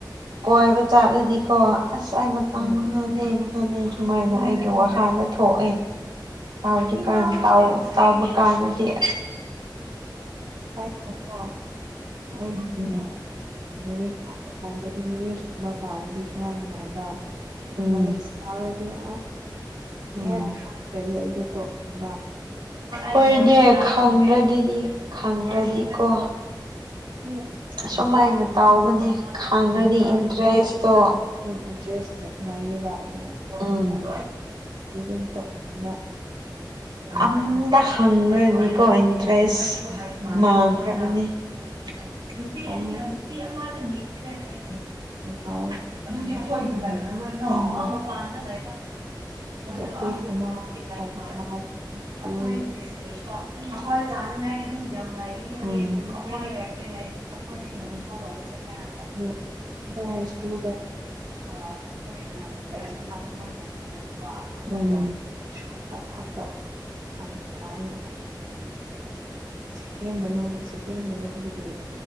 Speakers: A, on the right; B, on the right.
A: ꯀꯣꯏꯕ ꯆꯥꯠꯂꯗꯤꯀꯣ ꯑꯁꯥꯏ ꯃꯇꯥꯡ
B: ꯎꯝ
A: ꯃꯉꯥꯅꯦ ꯃꯨꯛ ꯐꯅꯤ ꯁꯨꯃꯥꯏꯅ ꯑꯩꯒꯤ ꯋꯥꯈꯥꯜꯗ ꯊꯣꯛꯑꯦ ꯇꯥꯎꯗꯔ꯭ꯤꯀꯥꯟ ꯇꯥꯎ ꯇꯥꯎꯕ ꯀꯥꯟꯗ ꯗꯤ
B: ꯑꯩ ꯑꯗꯣ <unintelligible>
A: ꯎꯝ
B: ꯏꯪꯂꯤꯁ ꯃ ꯄꯥꯔꯗꯤ ꯈꯔ ꯅꯨꯡꯉꯥꯏꯕ
A: ꯎꯝ
B: ꯃꯦꯇꯁ ꯇꯥꯔ ꯑꯩꯌꯥ
A: ꯎꯝ
B: ꯍꯦꯛ ꯈꯪꯗ꯭ꯔꯗꯤ ꯑꯩꯗꯨ ꯇꯣꯛꯅꯤꯡꯕ
A: ꯍꯣꯏꯅꯦ ꯈꯪꯗ꯭ꯔꯗꯤꯗꯤ ꯈꯪꯗ꯭ꯔꯗꯤꯀꯣ
B: ꯑꯗꯨꯝ
A: ꯑꯁꯨ ꯃꯥꯏꯅ
B: ꯑꯩ
A: ꯇꯥꯎꯕꯅꯦ ꯈꯥꯡꯈ꯭ꯔꯗꯤ
B: ꯑꯟꯁꯔꯗꯨ
A: ꯏꯟꯇꯔꯦꯁꯇꯣ
B: ꯑꯗꯨꯝ ꯏꯟꯇꯔꯦꯁ ꯂꯩꯌꯦꯕ ꯑꯗꯣ
A: ꯎꯝ
B: ꯑꯗꯨꯝ ꯇꯣꯛꯅꯤꯡꯕ
A: ꯑꯝꯇ ꯍꯪꯗ꯭ꯔꯗꯤꯀꯣ ꯏꯟꯇꯔꯦꯁ
B: ꯎꯝ
A: ꯃꯥꯥꯡꯈꯔ꯭ꯃꯅꯦ <unintelligible>
B: ꯐꯣꯔꯃꯨꯂꯥ
A: <unintelligible>
B: ꯑꯣꯏ
A: <unintelligible> ꯑꯩꯈꯣꯏ
B: ꯇꯣꯄꯤꯛ ꯑꯃꯒꯤ ꯐꯣꯔꯃꯨꯂꯥ ꯀꯨꯟ
A: ꯆꯥꯅꯤꯡꯉꯥꯏ ꯌꯥꯝ
B: ꯑꯗꯣ ꯍꯏ ꯁꯀꯨꯜ
A: ꯑꯩꯈꯣꯏ ꯏꯃꯥꯟꯅꯕꯒꯤ ꯑꯇꯤ
B: ꯆꯞ
A: ꯑꯩꯈꯣꯏ
B: ꯃꯥꯟꯅꯩ
A: ꯃꯣꯏꯕꯖꯥꯔ ꯎꯝ
B: ꯁꯣꯔꯠꯀꯠ ꯈꯛꯇ ꯑꯣꯏ ꯌꯥꯝ ꯋꯥꯏꯑꯕ ꯁꯦꯀꯦꯟ ꯃꯅꯨꯡ ꯁꯦꯀꯦꯟ ꯃꯅꯨꯡꯗꯒꯤ